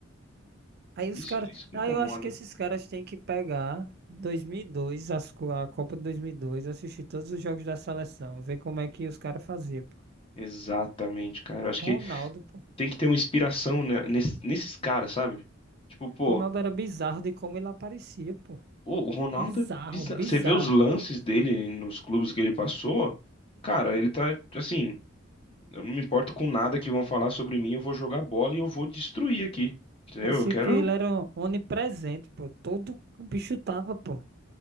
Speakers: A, on the right; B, on the left.
A: Aí os
B: Isso,
A: caras.
B: isso que
A: Aí
B: incomoda.
A: eu acho que esses caras têm que pegar 2002, as, co- a Copa de 2002, assistir todos os jogos da seleção, ver como é que os caras faziam, pô.
B: Exatamente, cara. Eu Acho que
A: Ronaldo, pô.
B: tem que ter uma inspiração né, nes- nesses caras, sabe? Tipo, pô,
A: Ronaldo era bizarro de como ele aparecia, pô.
B: o o Ronaldo
A: Bizarro,
B: é bizarro.
A: bizarro.
B: Você vê os lances dele nos clubes que ele passou, cara, ele tá assim. Eu não me importo com nada que vão falar sobre mim, eu vou jogar bola e eu vou destruir aqui. Entendeu?
A: Parecia
B: Eu quero.
A: que ele era onipresente, pô. Todo o bicho tava, pô.